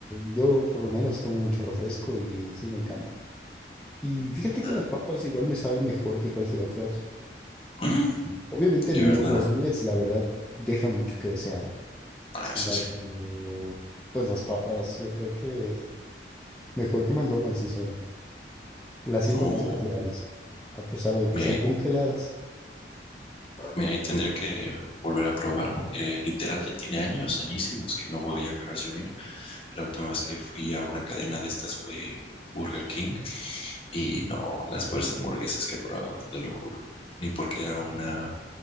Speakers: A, in the centre; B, on the left.
A: yo por lo menos tomo mucho refresco y sí me encanta. Y fíjate que
B: Ah,
A: las papas igual me saben mejor que cualquier otras.
B: mm,
A: Obviamente
B: ¿de
A: no-
B: verdad?
A: los nuggets, la verdad, dejan mucho que desear.
B: Ah,
A: Sin
B: eso
A: embargo,
B: sí.
A: pues las papas yo creo que mejor que McDonald's sí son. Las siento
B: Oh,
A: más naturales, a pesar de que
B: mira,
A: sean
B: ahí-
A: <laughs> congeladas.
B: mira, ahí tendría que volver a probar porque literal ya tiene años, añísimos que no voy a Carl's Jr. La última vez que fui a una cadena de estas fue Burger King y no, las peores hamburguesas que he probado, te lo juro. Ni porque era una